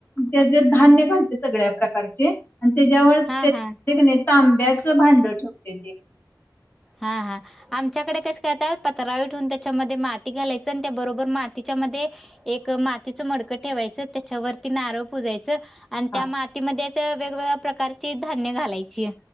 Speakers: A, on the left (about 25°); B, in the centre.
A: त्या धान्य घालते सगळ्या प्रकारचे आणि त्या
B: हा हा
A: न तांब्याचं भांड ठेवते ते
B: हा हा आमच्याकडे कस कातात पत्रवर ठेवून त्याच्यामध्ये माती घालायच आणि त्या बरोबर मातीच्या म एक मातीचं मडकं ठेवायचं त्याच्यावरती नारळ पुजायच
A: हा
B: त्या माती वेगवेगळ्या प्रकारची धान्य घालायची